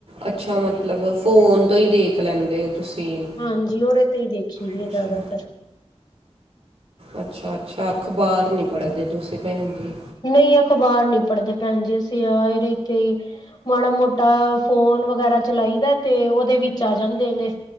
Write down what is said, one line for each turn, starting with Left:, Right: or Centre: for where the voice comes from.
Right: ਅੱਛਾ ਮਤਲਬ ਫੋਨ ਤੋਂ ਹੀ ਦੇਖ ਲੈਂਦੇ ਓ ਤੁਸੀਂ
Left: ਹਾਂਜੀ ਔਰੇ ਹੀ ਦੇਖੀ ਦੀ
Right: ਅੱਛਾ
Left: ਹੈ ਜ਼ਿਆਦਾਤਰ
Right: ਅੱਛਾ-ਅੱਛਾ ਅਖ਼ਬਾਰ ਨਹੀਂ ਪੜ੍ਹਦੇ ਤੁਸੀਂ ਭੈਣ ਜੀ
Left: ਨਹੀਂ ਅ ਅਖ਼ਬਾਰ ਨੀ ਪੜ੍ਹਦੇ ਭੈਣ ਜੀ ਅਸੀਂ ਯ ਇਹਦੇ ਇੱ ਤੇ ਹੀ ਮਾੜਾ ਮੋਟਾ ਫੋਨ ਵਗੈਰਾ ਚਲਾਈ ਦਾ ਤੇ ਉਹਦੇ ਵਿੱਚ ਆ ਜਾਂਦੇ ਨੇ